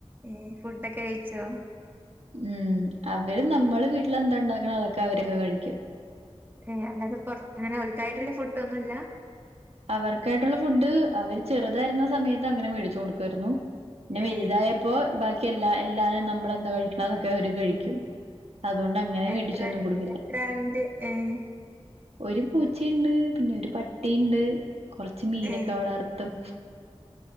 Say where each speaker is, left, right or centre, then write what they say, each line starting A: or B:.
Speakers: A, on the right; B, on the right.
A: ഏ ഫുഡൊക്കെ കഴിച്ചോ?
B: ഉം അവര് നമ്മള് വീട്ടിലന്താണ്ടാക്കണം അതൊക്കെ അവരൊക്കെ കഴിക്കും.
A: ഏ അല്ലാതെ പൊറ അങ്ങനെ ഒൽക്കായിട്ട്ള്ള ഫുഡ് ഒന്നുല്ല.
B: അവർക്കായിട്ടുള്ള ഫുഡ് അവര് ചെറുതായിരുന്ന സമയത്ത് അങ്ങനെ മേടിച്ചു കൊടുക്കുആയിരുന്നു പിന്നെ വലുതായ
A: ഏ
B: അപ്പൊ ബാക്കി എല്ലാ എല്ലാരും നമ്മളെന്താ കഴിക്ണ് അതൊക്കെ അവര് കഴിക്കും. അതുകൊണ്ട് അങ്ങനെ മേടിച്ചൊന്നും
A: എത്ര
B: കൊടുക്കില്ല.
A: എത്ര ആള്ണ്ട് ഏഹ്.
B: ഒരു പൂച്ചയിണ്ട് പിന്നെ ഒരു പട്ടിയിണ്ട് കൊറച്ച് മീനൊക്കെ
A: ഏ
B: വളർത്തും.